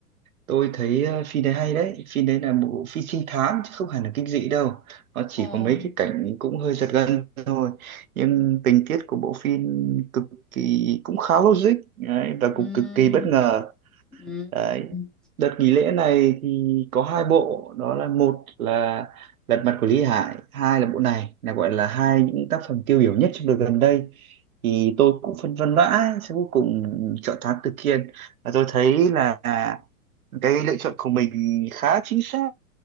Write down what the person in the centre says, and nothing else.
Ồ,
ừm,
ừm,
ừm.